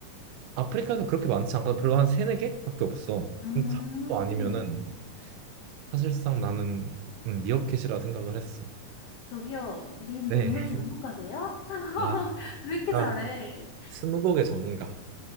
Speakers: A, on the right; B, on the left.
A: 아프리카도 그렇게 많지 않거든 별로 한 세네 개밖에 없어
B: 음,
A: 근데 사막도 아니면은 사실상 나는 음, 미어캣이라 생각을 했어
B: 저기요, 님
A: 네
B: 동물 전문가세요?
A: <laughs>
B: <laughs>
A: 아, 진짜
B: 왜 이렇게 잘해?
A: 스무고개 전문가